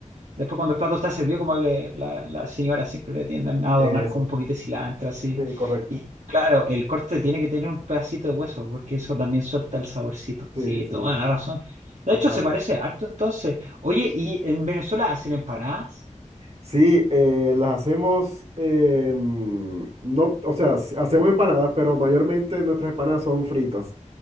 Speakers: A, on the right; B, on the right.
A: Después cuando el plato está servido, como que la, la señora siempre le tienden a adornar
B: Eso.
A: con un poquito de cilantro, así.
B: Sí, correcto.
A: Y claro, el corte tiene que tener un pedacito de hueso, porque eso también suelta el saborcito. Sí,
B: Sí, sí,
A: toda la razón. De
B: total.
A: hecho, se parece harto entonces. Oye, ¿y en Venezuela hacen empanadas?
B: Sí, eh, las hacemos, eh, mm, no, o sea, s- hacemos empanadas, pero mayormente nuestras empanadas son fritas.